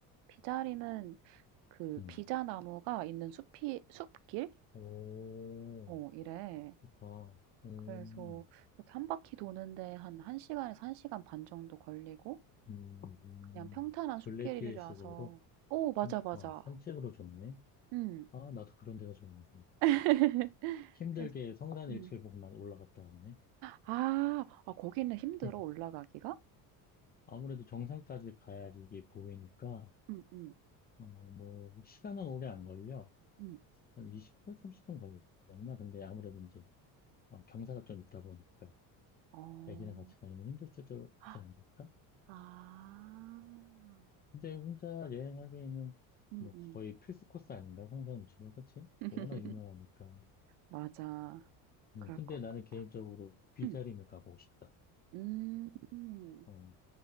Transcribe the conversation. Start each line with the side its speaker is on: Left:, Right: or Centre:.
Right: 비자림은 그
Left: 음.
Right: 비자나무가 있는 숲이, 숲길?
Left: 오,
Right: 어, 이래.
Left: 좋다. 음,
Right: 그래서 이렇게 한 바퀴 도는데 한 1시간에서 1시간 반 정도 걸리고
Left: 음,
Right: 그냥 평탄한
Left: 둘레길식으로?
Right: 숲길이라서 오, 맞아,
Left: 산,
Right: 맞아.
Left: 어, 산책으로 좋네.
Right: 응.
Left: 아, 나도 그런 데가 좋은데.
Right: <laughs>
Left: 힘들게
Right: 그래서,
Left: 성산일출봉만
Right: 음.
Left: 올라갔다 왔네.
Right: 아, 아, 거기는 힘들어,
Left: <laughs>
Right: 올라가기가?
Left: 아무래도 정상까지 가야지 이게 보이니까,
Right: 응, 응,
Left: 어, 뭐, 시간은 오래 안 걸려.
Right: 응.
Left: 한 20분, 30분 걸렸나? 근데 아무래도 이제, 어, 경사가 좀 있다 보니까,
Right: 어,
Left: 애기랑 같이 가면 힘들 수도 있지
Right: 아,
Left: 않을까?
Right: 아.
Left: 근데 혼자 여행하기에는
Right: 음음.
Left: 뭐 거의 필수 코스 아닌가? 성산 유치원, 그치?
Right: <laughs>
Left: 워낙 유명하니까.
Right: 맞아.
Left: 음,
Right: 그럴
Left: 근데
Right: 것
Left: 나는
Right: 같아.
Left: 개인적으로 비자림을
Right: 음.
Left: 가보고 싶다.
Right: 음. 음.
Left: 어,